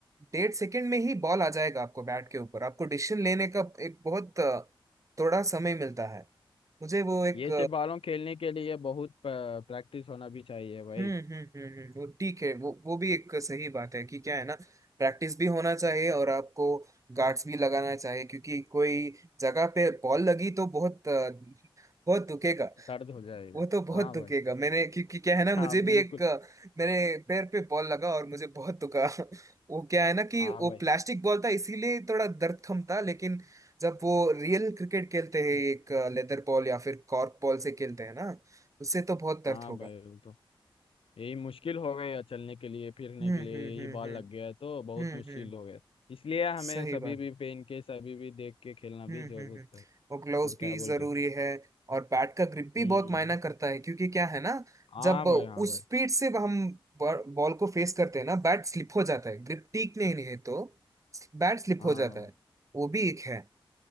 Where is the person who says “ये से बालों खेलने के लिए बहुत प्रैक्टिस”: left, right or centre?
Left